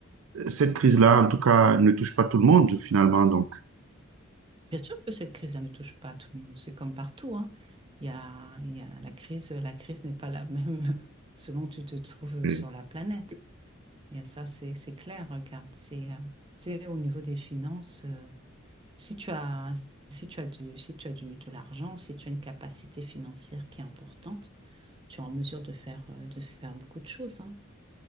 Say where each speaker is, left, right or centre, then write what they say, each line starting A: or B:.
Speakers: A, on the right; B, on the right.
A: cette crise-là, en tout cas, ne touche pas tout le monde finalement. Donc,
B: Bien sûr que cette crise, elle ne touche pas à tout le monde. C'est comme partout, hein. Il y a, il y a la crise, la crise n'est pas la même <laughs> selon où tu te trouves
A: euh,
B: sur la planète. Et ça, c'est c'est clair, regarde. C'est euh, c'est au niveau des finances. euh, Si tu as, si tu as du, si tu as du, de l'argent, si tu as une capacité financière qui est importante, tu es en mesure de faire, euh, de faire beaucoup de choses, hein.